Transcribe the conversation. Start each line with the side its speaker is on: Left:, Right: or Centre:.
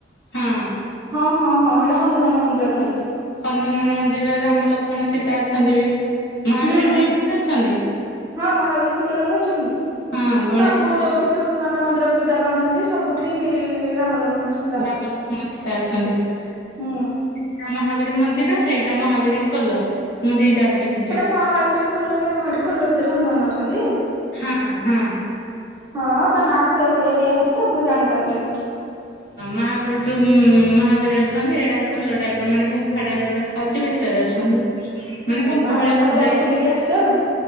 Left: ହଁ
Right: ହଁ ହଁ ହଁ ହେଟା ହନୁମାନ ମନ୍ଦିର ତାହେଲେ
Left: ହନୁମାନ ମନ୍ଦିରରେ ରାମ ଲକ୍ଷ୍ମଣ ସୀତା ଅଛନ୍ତି ବି ମହାବୀର
Right: ହୁଁ
Left: ଖୋଲରେ ଅଛନ୍ତି
Right: ହଁ ମହାବୀର ଖୋଲରେ ବି ଅଛନ୍ତି।
Left: ହଁ ଗଣେଶ
Right: ସବୁ ଯୋଉଠି ବି ହନୁମାନ ମନ୍ଦିର ପୂଜା ପାଉନାହାନ୍ତି ସବୁଠି ରାମ ଲକ୍ଷ୍ମଣ ସେ
Left: ରାମ ଲକ୍ଷ୍ମଣ ସୀତା ଅଛନ୍ତି ସେଇଟା
Right: ହୁଁ
Left: ମହାବୀର ମନ୍ଦିର ସେଇଟା ମହାବୀର ଖୋଲ ମୁଁ ଦିଟା ଦେଖି
Right: ସେଇଟା ମହାବୀର ଖୋଲ ମାନେ ଖୋଲ ଭିତରେ ହନୁମାନ ଅଛନ୍ତି।
Left: ହଁ ହଁ।
Right: ହଁ ତା ନାଁ ସେଇଭଳିଆ ଦିଆ ହେଇଛି ତ ମୁଁ ଜାଣି ପାରିଲିନି।
Left: ମହାବୀର ଯୋଉ ମହାବୀର ଅଛନ୍ତି ଏଇଟା ଖୁଲ ଟାଇପ ର ମାନେ ଗୁମ୍ଫା ଟାଇପ ର ଦେଖାହେଉଛି ଭିତରେ ଅଛନ୍ତି। ମାନେ
Right: ଏଇ
Left: ଗୁମ୍ଫା
Right: ମା
Left: ଭଳିଆ
Right: ତମେ ତାହେଲେ
Left: ସଜା
Right: ଯାଇକି
Left: ହେଇଛି
Right: ବୁଲିକି ଆସିଛ ଆଉ?